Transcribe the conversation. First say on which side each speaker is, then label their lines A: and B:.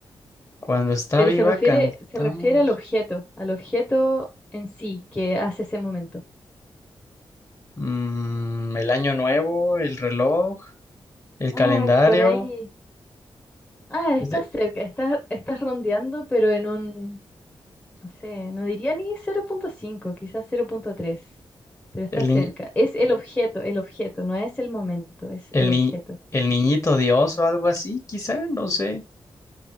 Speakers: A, on the left (about 35°); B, on the left (about 15°).
A: Cuando está
B: Pero
A: viva,
B: se refiere,
A: cantamos.
B: se refiere al objeto, al objeto en sí que hace ese momento.
A: Mm, el año nuevo, el reloj, el
B: Ay,
A: calendario.
B: por ahí. Ah,
A: Es
B: está
A: de-
B: cerca, está, estás rondeando, pero en un, no sé, no diría ni cero punto cinco, quizás cero punto tres, pero está
A: el,
B: cerca.
A: in-
B: Es el objeto, el objeto, no es el momento, es
A: El
B: el objeto.
A: ni- el niñito Dios o algo así, quizá, no sé.